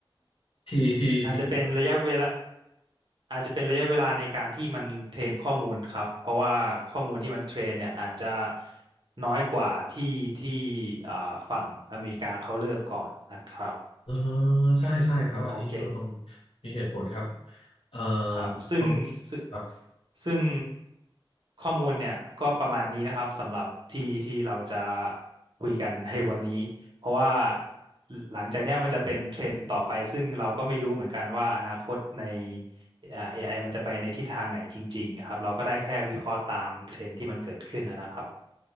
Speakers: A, on the left; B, on the right.
A: ที่ที่ที่คิดว่า
B: อาจจะเป็นระยะเวลาอาจจะเป็นระยะเวลาในการที่มันเทรนข้อมูลครับเพราะว่าข้อมูลที่มันเทรนเนี่ยอาจจะน้อยกว่าที่ที่อ่าฝั่งอเมริกาเขาเริ่มก่อนนะครับ
A: เออใช่ใช่ครับอันนี้เรา
B: โอเค
A: มีเหตุผลครับเออ
B: ครับซึ่งซึ่ง
A: โอเคครับ
B: ซึ่งข้อมูลเนี่ยก็ประมาณนี้นะครับสำหรับที่ที่เราจะคุยกัน <laughs> ในวันนี้เพราะว่าหลังจากเนี้ยมันจะเป็นเทรนด์ต่อไปซึ่งเราก็ไม่รู้เหมือนกันว่าอนาคตในอ่า AI มันจะไปในทิศทางไหนจริงๆนะครับเราก็ได้แค่วิเคราะห์ตามเทรนด์ที่มันเกิดขึ้นนะนะครับ